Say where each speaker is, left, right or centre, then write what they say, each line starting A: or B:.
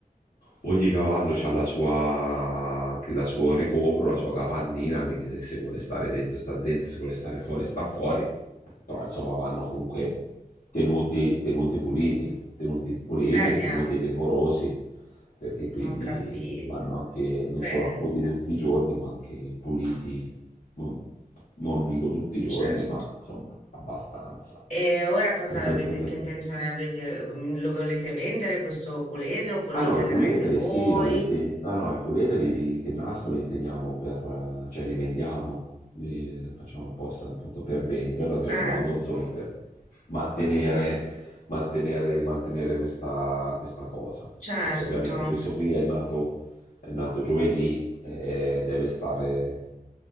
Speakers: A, on the left; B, on the left.
A: Ogni cavallo ha la sua, che la suo ricovero, la sua capannina, quindi se vuole stare dentro sta dentro, se vuole stare fuori sta fuori, però insomma vanno comunque tenuti, tenuti puliti, tenuti puliti
B: Eh,
A: e
B: diamine,
A: tenuti decorosi, perché quindi
B: non ho capito.
A: vanno anche non
B: Pensa,
A: solo accuditi tutti i giorni, ma anche puliti, non, non dico tutti i giorni,
B: certo.
A: ma insomma abbastanza
B: E ora cosa
A: frequentemente.
B: avete, che intenzione avete? Mm, Lo volete vendere questo puledro oppure
A: Ah
B: lo
A: no,
B: tenerete
A: i puledri
B: voi?
A: sì, no, li te- ah, no, i puledri che nascono li teniamo per, eh, cioè li vendiamo, li facciamo apposta appunto per venderlo,
B: Eh?
A: che è un
B: eh.
A: modo insomma per mantenere, mantenere, mantenere questa, questa cosa.
B: Certo,
A: Adesso ovviamente
B: con
A: questo qui è nato, è nato giovedì e deve stare